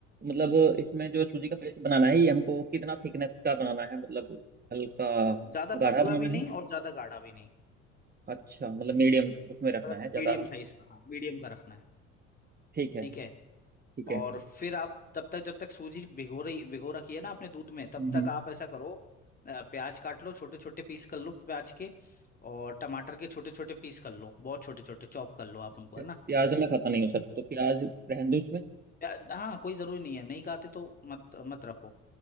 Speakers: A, on the right; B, on the left.
A: मतलब इसमें जो
B: ठीक
A: सूजी
B: है
A: का पेस्ट बनाना है ये हमको कितना थिकनेस का बनाना है मतलब हल्का
B: ज़्यादा
A: गाढ़ा
B: पतला
A: बनाना
B: भी नहीं और ज़्यादा गाढ़ा भी नहीं
A: अच्छा मतलब मीडियम उसमें रखना
B: मतलब
A: है ज्यादा
B: मीडियम साइज का हाँ मीडियम का रखना है
A: ठीक है
B: ठीक है
A: ठीक है
B: और फिर आप तब तक जब तक सूजी भिगो रही भिगो रखी है ना आपने दूध में तब
A: हम्म
B: तक आप ऐसा करो अ, प्याज काट लो छोटे छोटे पीस कर लो प्याज के और टमाटर के छोटे छोटे पीस कर लो बहुत छोटे छोटे चॉप कर लो आप
A: अच्छा,
B: उनको है ना
A: प्याज तो मैं खाता नहीं हूँ सर तो प्याज रहने दो उसमें
B: प्या- हाँ कोई ज़रूरी नहीं है नहीं खाते तो मत मत रखो